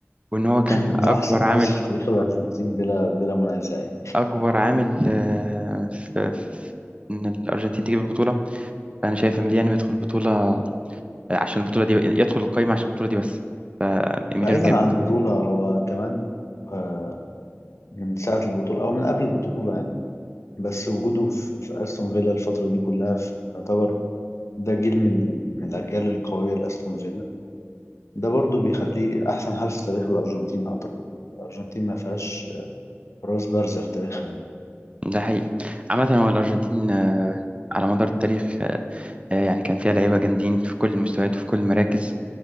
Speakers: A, on the right; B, on the left.
A: وان هو كان
B: <clears throat>
A: اكبر
B: هو أحسن
A: عامل
B: حارس في تاريخ الأرجنتين بلا بلا منازع يعني
A: اكبر عامل آه، في... في ان الارجنتين تجيب البطوله فانا شايف ايميليانو يدخل البطوله عشان البطولة دي يدخل القايمة عشان البطولة دي بس إيميليانو
B: بعيدا
A: جامد
B: عن البطولة هو كمان آه، من ساعة البطولة أو من قبل البطولة يعني بس وجوده في في أستون فيلا الفترة دي كلها في- يعتبر ده جيل من من الأجيال القوية لأستون فيلا ده برضو بيخليه احسن حارس في تاريخ الارجنتين اعتقد الارجنتين ما فيهاش حراس بارزة في تاريخها يعني
A: ده حقيقي عامة هو الأرجنتين آه، على مدار التاريخ آه، يعني كان فيها لعيبة جامدين في كل المستويات وفي كل المراكز